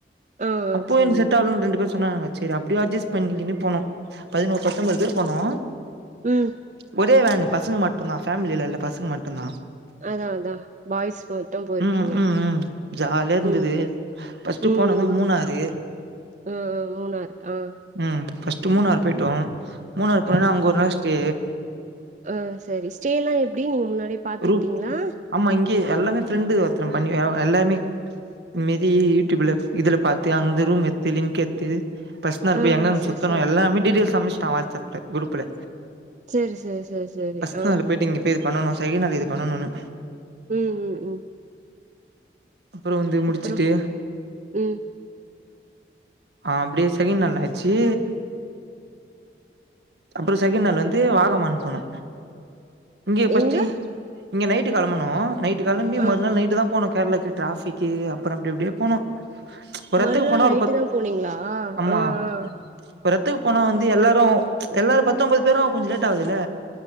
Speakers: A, on the right; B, on the right.
A: ஆ ஆ
B: அப்போ
A: செரி
B: இந்த செட் ஆளுங்க ரெண்டு பேர் சொன்னாங்க சேரி அப்பிடியே அட்ஜஸ்ட் பண்ணிக்கின்ட்டு போனோ பதினோரு பத்தொன்ம்பது பேர் போனோ
A: ம்
B: ஒரே வேனு பசங்க மட்டுந்தா ஃபேமில இல்ல பசங்க மட்டுந்தா
A: அதா அதா பாய்ஸ் மட்டு போயிருக்கீங்க
B: ம் ம் ம் ஜாலியா இருந்தது
A: ம்
B: ஃபர்ஸ்ட்டு
A: ம்
B: போனது மூணாறு
A: ஆ ஆ மூணாறு ஆ
B: ம் ஃபர்ஸ்ட்டு மூணாறு போயிட்டோ மூணாறு போனா
A: ஆ
B: அங்க ஒரு நாள் ஸ்டே
A: ஆ சரி ஸ்டே எல்லா எப்டி நீங்க முன்னாடியே பாத்துக்கிட்டீங்களா
B: ரூ ஆமா இங்கே எல்லாமே ஃப்ரெண்டு ஒருத்தனம் பண்ணி ஆ எல்லாமே மீதி யூடியூப்ல இதுல பாத்து அந்த ரூம் எடுத்து லிங்க் எடுத்து ஃபர்ஸ்ட் நாள்
A: ஆ
B: போயி எங்கங்க
A: சேர்
B: சுத்தணு
A: சேரி
B: எல்லாமே டீடெயில்ஸ் அச்சட்டா வாட்ஸ்அப்ல குரூப்ல
A: சேரி சேரி சேரி சேரி
B: ஃபர்ஸ்ட்
A: ஆ
B: நாள் இங்க போயட்டு இங்க போய் இது பண்ணணு சை நால இது பண்ணணுனு
A: ம் ம்
B: அப்பற வந்து முடிச்சுட்டு
A: அப்றோ ம்
B: ஆ அப்டியே செகின் நல்லாச்சு அப்பற செகண்ட் நாள் வந்து வாகம அனுப்பனோ இங்க பஸ்ட்டு
A: எங்க
B: இங்க நைட்டு கெளம்பணு நைட்டு கெளம்பி
A: ஆ
B: மறுநாள் நைட்டு தா போன கேரளக்கு ட்ராபிக்கு அப்பற அப்டி இப்டியே போனோ ஓறத்துக்கு
A: மறுநாள்
B: போனா
A: நைட்டு
B: ஒரு பத்
A: தா போனீங்களா
B: ஆமா
A: ஆ ஆ
B: ஒறத்துக்கு போனா
A: ச
B: வந்து எல்லாரு எல்லாரு பத்தொன்பது பேரு கொஞ்ச. லேட் ஆகுதுல்ல